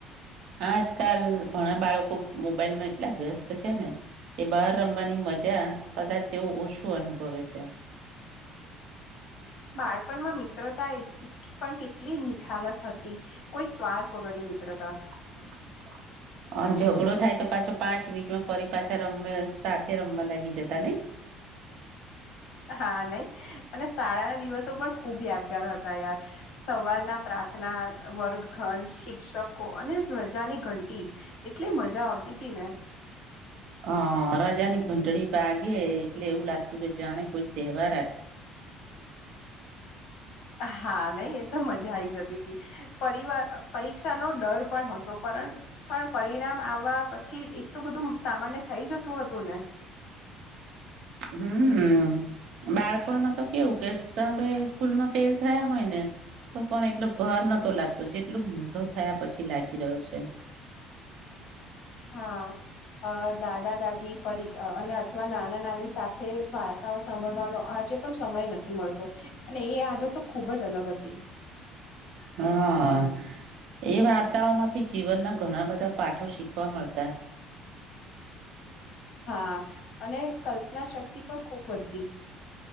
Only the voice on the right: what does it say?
આજકાલ ઘણા બાળકો મોબાઈલમાં એટલા વ્યસ્ત છે ને, કે બહાર રમવાની મજા કદાચ તેવું ઓછું અનુભવે છે.
<inaudible> અન ઝઘડો થાય તો પાછો પાંચ મિનિટમાં ફરી પાછા રમ સાથે રમવા લાગી જતા નઈ.
હ રજાની ઘંટડી વાગે એટલે એવું લાગતું કે જાણે કોઈ તહેવાર આવ્યો
હમ બાળપણમાં તો કેવું કેે સામે સ્કૂલમાં ફેલ થયા હોય ને તો પણ એટલો ભાર નતો લાગતો જેટલું મોટો થયા પછી લાગી રહ્યો છે.
હા એ વાર્તાઓ માંથી જીવનના ઘણા બધા પાઠો શીખવા મળતા.